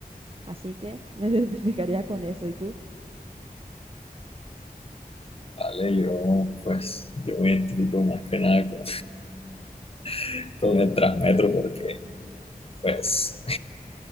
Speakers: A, on the right; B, on the left.
A: Así que me <laughs> identificaría con eso. ¿Y tú?
B: Vale, yo pues yo me identifico más que nada con, <laughs> con el Transmetro porque pues